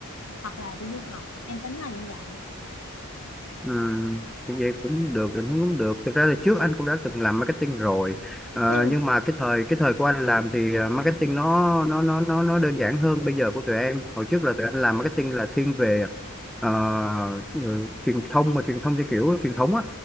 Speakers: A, on the left; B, in the centre.
A: hoặc là đi du học. Em tính là như vậy.
B: Ừ, như vậy cũng được định hướng cũng được thực ra là trước anh cũng đã từng làm marketing rồi Ờ,
A: Ừ.
B: nhưng mà cái thời cái thời của anh làm thì ờ, marketing nó nó nó nó nó đơn giản hơn bây giờ của tụi em hồi trước là tụi anh làm marketing là thiên về ờ, ừ, truyền thông mà truyền thông theo kiểu truyền thống á